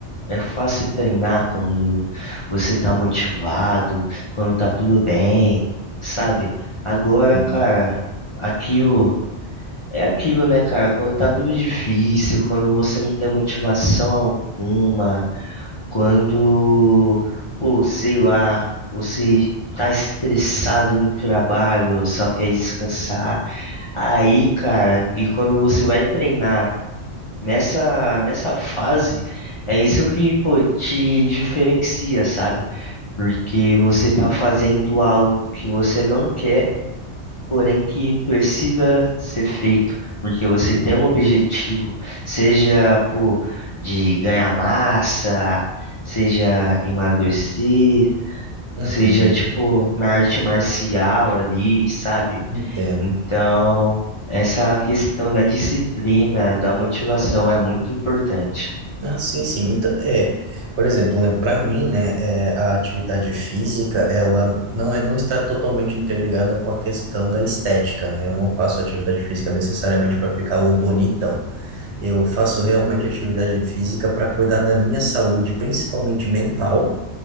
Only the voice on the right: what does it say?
Hum.
Uhum,
<laughs> entendo.
Ah, sim, sim. Então, é, por exemplo, né, para mim, né, é, a atividade física, ela não é, não está totalmente interligada com a questão da estética, né? Eu não faço atividade física necessariamente para ficar o bonitão. Eu faço realmente atividade física para cuidar da minha saúde, principalmente mental,